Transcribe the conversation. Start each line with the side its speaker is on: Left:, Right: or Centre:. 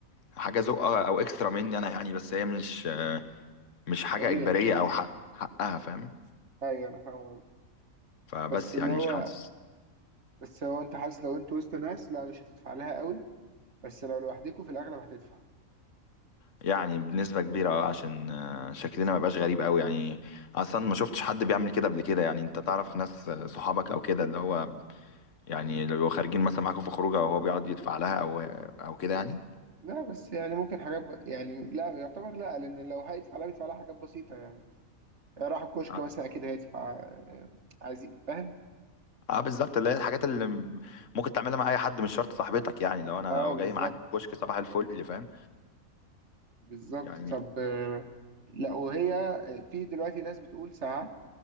Left: حاجة ذوق أو أو إكسترا مني أنا يعني بس هي مش آه، مش حاجة
Right: طبيعي
Left: إجبارية أو حق حقها فاهم
Right: ايوه انا فاهم قصدي
Left: فبس
Right: بس اللي
Left: يعني
Right: هو
Left: مش حاسس
Right: بس هو انت حاسس لو انت وسط ناس لا مش هتدفع لها قوي بس لو لوحدكوا في الاغلب هتدفع
Left: يعني بنسبة كبيرة أه عشان آه، شكلنا ما يبقاش غريب أوي يعني أصلا ما شفتش حد بيعمل كده قبل كده يعني أنت تعرف ناس آه، صحابك أو كده اللي هو يعني لو خارجين مثلا معاكوا في خروجه وهو بيقعد يدفع لها أو أو كده يعني
Right: لا بس يعني ممكن حاجات ب... يعني لا يعتبر لا لان لو هيدفع لا بيدفع لها حاجات بسيطه يعني راح الكشك
Left: آه.
Right: مثلا اكيد هيدفع آه، عايز ي- فاهم
Left: اه بالظبط اللي هي الحاجات اللي م- ممكن تعملها مع اي حد مش شرط صاحبتك يعني لو انا
Right: اه
Left: لو
Right: بالظبط
Left: جاي معاك كشك صباح الفل فاهم
Right: بالظبط
Left: يعني
Right: طب آه، لا وهي آه، في دلوقتي ناس بتقول ساعات